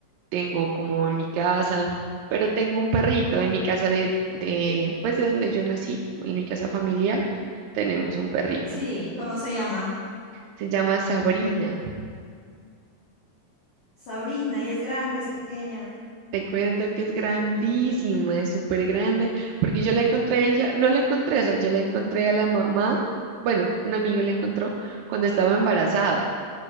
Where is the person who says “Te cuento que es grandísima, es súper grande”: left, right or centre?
Right